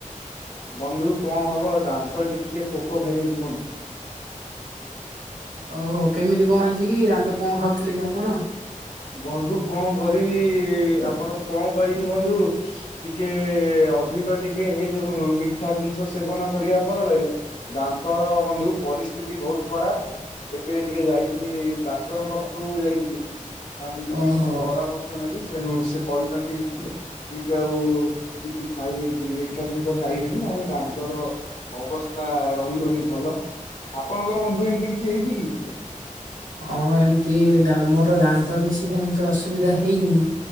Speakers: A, on the left; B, on the right.
A: ବନ୍ଧୁ କଣ ହବ ଦାନ୍ତଟି ଟିକେ ପୋକ ଖାଇଯାଇଚି ବନ୍ଧୁ।
B: ଓହୋ କେମିତି କଣ ହେଇଚି କି ଦାତ କଣ ଖାଉଥିଲେ କି ଆପଣ?
A: ବନ୍ଧୁ କଣ କରିବି ଆପଣଙ୍କୁ କଣ କହିବି ବନ୍ଧୁ ଟିକେ ଅଧିକ ଟିକେ ଏଇ ଯୋଉ ମିଠା ଜିନିଷ ସେବନ କରିବା ଫଳରେ ଦାନ୍ତର ବନ୍ଧୁ ପରିସ୍ଥିତି ବହୁତ ଖରାପ। ଏବେ ଟିକେ ଯାଇଥିଲି ଡାକ୍ତରଙ୍କ ପାଖକୁ ଯାଇଥିଲି। ତାଙ୍କ ଠୁ ଟିକେ
B: ଓହୋ
A: କିଛି ପରାମର୍ଶ ନେଲି ସେ ସେ କହିଚନ୍ତି ଏମିତି ଆଉ କିଛି ଖାଇ ମିଠା ଜିନିଷ ଖାଇବେନି ନହେଲେ ଦାନ୍ତର ଅବସ୍ଥା ରହିବନି ଭଲ, ଆପଣଙ୍କର ବନ୍ଧୁ ଏମିତି କିଛି ହେଇଚି କି?
B: ହଁ ଏମତି ଦା ମୋର ଦାନ୍ତ କିଛି ସେମିତି ଅସୁବିଧା ହେଇନି